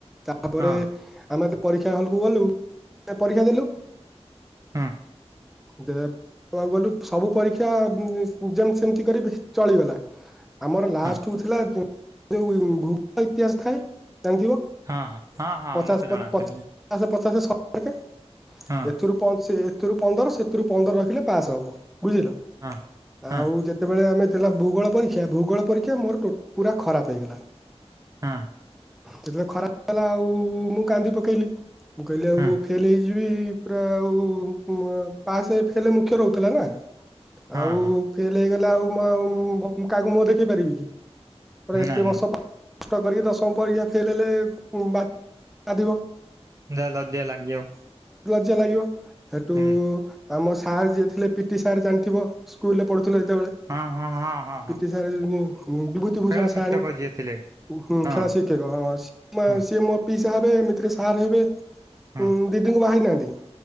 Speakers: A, in the centre; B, on the right.
A: ତାପରେ
B: ହଁ
A: ଆମେ ପରୀକ୍ଷା ହଲ୍ କୁ ଗଲୁ। ପରୀକ୍ଷା ଦେଲୁ।
B: ହୁଁ।
A: ଦେବାକୁ ଗଲୁ ସବୁ ପରୀକ୍ଷା ଯେମତି ସେମିତି କରି ଚଳିଗଲା। ଆମର ଲାଷ୍ଟ୍
B: ହଁ
A: କୁ ଥିଲା ଯୋଉ ଭୁଗୋଳ ଇତିହାସ ଥାଏ। ଜାଣିଥିବ
B: ହଁ ହଁ
A: ପଚାଶ
B: ମତେ ଜଣାଅଛି
A: ପଚାଶ ଶହେ। ଏଥିରୁ
B: ହଁ
A: ପନ୍ଦର ସେଥିରୁ ପନ୍ଦର ରଖିଲେ ପାସ୍ ହବ। ବୁଝିଲ
B: ହଁ ହଁ
A: ଆଉ ଯେତେବେଳେ ଆମେ। ଦେଲୁ ଭୁଗୋଳ ପରୀକ୍ଷା ଭୂଗୋଳ ପରୀକ୍ଷା ମୋର ଟୋଟ୍ ପୁରା ଖରାପ ହେଇଗଲା
B: ହଁ।
A: ଯେତୋଳେ ଖରାପ୍ ହେଲା ଆଉ ମୁଁ କାନ୍ଦି ପକେଇଲି ମୁଁ କହିଲି ଆଉ
B: ହଁ
A: ଫେଲ୍ ହେଇଯିବି। ପୁରା ଆଉ କୁଁ ପାସେ ଫେଲେ ମୁଖ୍ୟ ରହୁଥୁଲା ନାଁ।
B: ହଁ
A: ଆଉ
B: ହଁ
A: ଫେଲ୍ ହେଇଗଲେ ଆଉ ମୁଁ ଆଉ ଭ ମୁଁ କାହାକୁ ମୁହଁ ଦେଖେଇ ପାରିବି କି? ପୁରା ଏତେ
B: ନାଇଁ
A: ବର୍ଷ
B: ନାଇଁ
A: ପା ଟ କରିକି ଦଶମ ପରୀକ୍ଷା ଫେଲ୍ ହେଲେ ଉଁ ବା ବାଧିବ।
B: ଯାହା ଲଜ୍ଜା ଲାଗିବ।
A: ଜ୍ଜା ଲାଗିବ ହେଟୁ
B: ହଁ
A: ଆମ ସାର୍ ଯିଏ ଥିଲେ ପିଟି ସାର୍ ଜାଣିଥିବ। ସ୍କୁଲରେ ପଢୁଥୁଲୁ ଏତେବେଳେ
B: ହଁ ହଁ ହଁ ହଁ ହଁ ହଁ
A: ପିଟି ସାର୍ ଉଁ ବିଭୂତି
B: ଖେଳ
A: ଭୂଷଣ
B: ଶିକ୍ଷକ
A: ସହାଣୀ।
B: ଯିଏ ଥିଲେ
A: ହୁଁ
B: ହଁ
A: ଖେଳ ଶିକ୍ଷକ ହଁ ସି ମା
B: ହଁ
A: ସିଏ ମୋ ପିଇସା ହେବେ ଏମ୍ ଥିରେ ସାର୍ ହେବେ
B: ହଁ
A: ଉଁ ଦିଦିଙ୍କୁ ବାହାହେଇ ନାହାନ୍ତି?